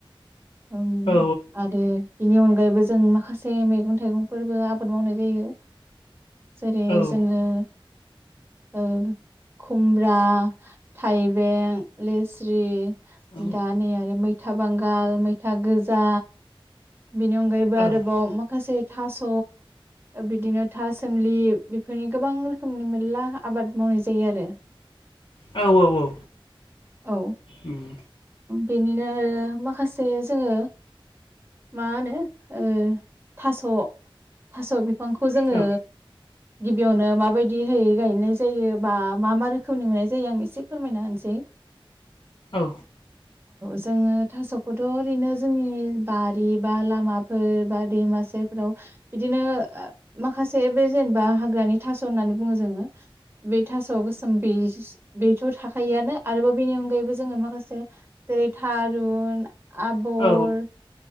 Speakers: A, on the right; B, on the left.
A: उम
B: औ
A: आरो बिनि अनगायैबो जों माखासे मैगं थाइगंफोरबो आबाद मावनाय जायो जेरै
B: औ
A: जोङो ओ खुमब्रा थाइबें लिस स्रि
B: औ
A: दा नै आरो मैथा बांगाल मैथा गोजा बेनि अनगायैबो
B: औ
A: आरोबाव
B: औ
A: माखासे थास' बिदिनो था सोमलि बेफोरनि गोबां रोखोमनि मेरला आबाद मावनाय जायो आरो
B: औ औ औ
A: औ
B: उम
A: बेनिनो आरो माखासे जायो जोङो मा होनो ओ थास' थास बिफांखौ जोङो
B: औ
A: गिबियावनो माबायदिहै गायनाय जायो बा मा मा रोखोमनि मोननाय जायो आं एसे फोरमायना होनसै
B: औ
A: जोङो थास'खौथ' ओरैनो जोंनि बारि बा लामाफोर बा दैमासेफोराव बिदिनो माखासे बे जेनेबा हाग्रानि थास' होननानै बुङो जोङो बे थास'आव गोसोम बे बेथ' थाखायो आनो आरोबाव बेनि अनगायैबो जोङो माखासे जेरै थारुन आबर
B: औ